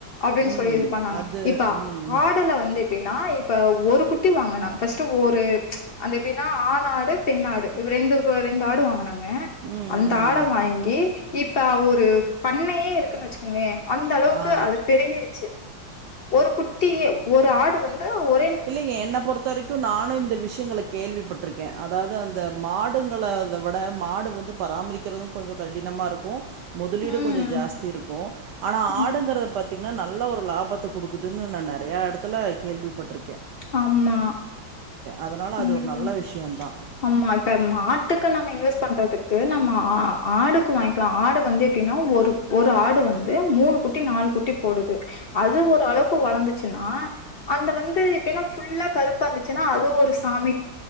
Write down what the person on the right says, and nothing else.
ம்
அது
ம்
ம்
ம்
ஆ
இல்லிங்கே என்னை பொறுத்த வரைக்கும் நானும் இந்த விஷயங்கள கேள்விப்பட்டிருக்கே அதாவது அந்த மாடுங் ங்ளத விட மாடு வந்து பராமரிக்கிறதும் கொஞ்சோ கடினமா இருக்கும் முதலீடு
கொஞ்சம் ஜாஸ்தி இருக்கும் ஆனா
ஆடுங்கறத பத் நல்ல ஒரு லாபத்தை கொடுக்குதுன்னு நான் நெறையா இடத்துல கேள்விப்பட்டிருக்
அதனால
அது ஒரு நல்ல விஷயந்தா